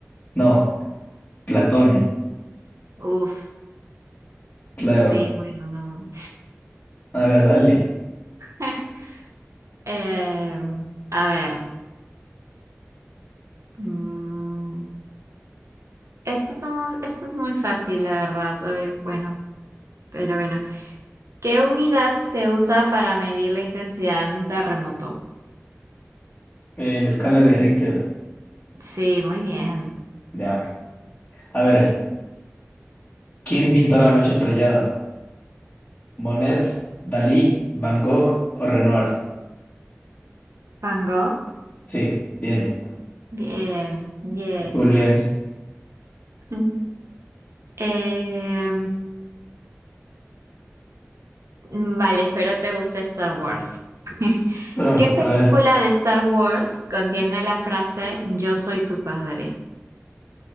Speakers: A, on the left; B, on the right.
A: No, Platón,
B: Uf.
A: claro.
B: Sí, bueno, no.
A: A ver, dale.
B: <laughs> Eh, a ver, mm, esto es, un- esto es muy fácil, la verdad. eh, bueno, pero bueno. ¿Qué unidad se usa para medir la intensidad de un terremoto?
A: Eh, la escala de Richter.
B: Sí, muy bien.
A: Ya. A ver, ¿quién pintó La Noche Estrellada? ¿Monet, Dalí, Van Gogh o Renoir?
B: Van Gogh.
A: Sí, bien.
B: Bien, yeah.
A: Muy bien.
B: <laughs> Eh, mm, vale, espero te guste Star Wars. <laughs>
A: Ah,
B: ¿Qué película
A: a ver,
B: de Star Wars contiene la frase Yo soy tu padre?